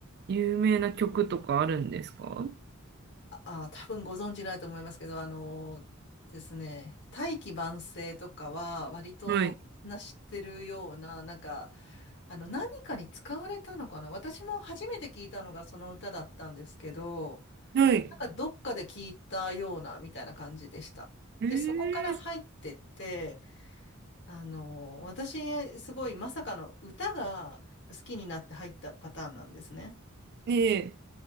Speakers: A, on the right; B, on the left.
A: 有名な曲とかあるんですか
B: あ多分ご存知ないと思いますけど、あのですね、大器晩成とかは割とみんな知ってるような、
A: はい。
B: なんか、あの、何かに使われたのかな私も初めて聞いたのがその歌だったんですけど、
A: はい。
B: なんかどっかで聞いたようなみたいな感じでした。
A: うーん。
B: で、そこから入ってって、あの、私、すごいまさかの歌が好きになって入ったパターンなんですね。
A: ねえ。